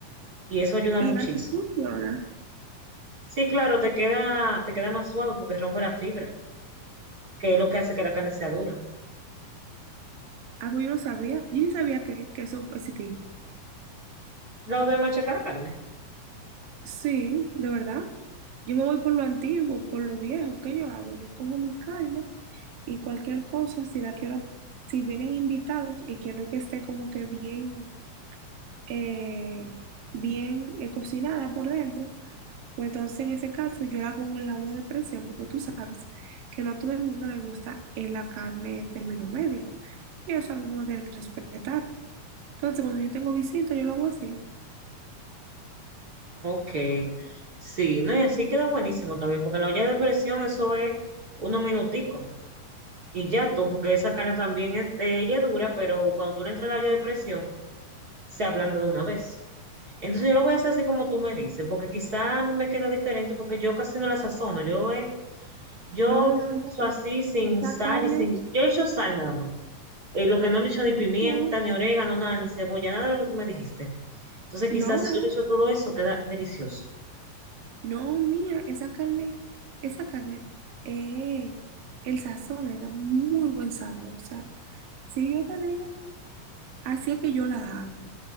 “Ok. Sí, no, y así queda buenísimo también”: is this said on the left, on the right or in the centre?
Right